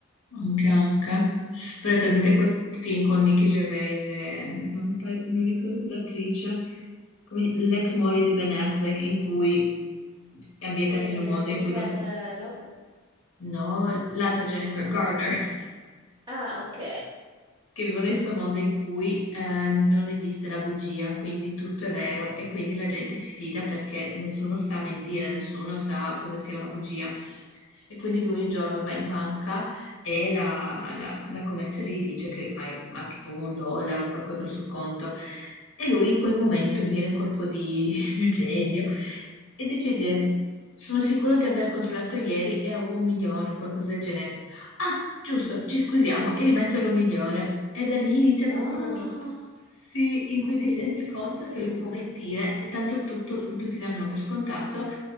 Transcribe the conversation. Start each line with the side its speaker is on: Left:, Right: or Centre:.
Left: Anche, anche. Però è presente quel film con Nicky Gervais e mm, non mi pare- non ricordo più l'attrice, come- l'ex moglie di Ben Affleck, in cui è ambientato
Right: E
Left: in un mondo
Right: Jennifer
Left: in cui non si...
Right: Lopez.
Left: No, l'altra Jennifer Garner.
Right: Ah, ok.
Left: che vivono in questo mondo in cui eh, non esiste la bugia, quindi tutto è vero e quindi la gente si fida perché nessuno sa mentire, nessuno sa cosa sia una bugia. E quindi lui un giorno va in banca e la, la- la commessa lì dice che ha, ha tipo un dollaro o qualcosa sul conto e lui in quel momento gli viene un colpo di, <laughs> di genio e decide di dire sono sicuro di aver controllato ieri e avevo un milione o qualcosa del genere. Ah, giusto, ci scusiamo e rimettono un milione. E da lì inizia
Right: No,
Left: proprio una vita. Sì, in cui lui
Right: bellissimo.
Left: si rende conto che lui può mentire e tanto tutto, tutti danno per scontato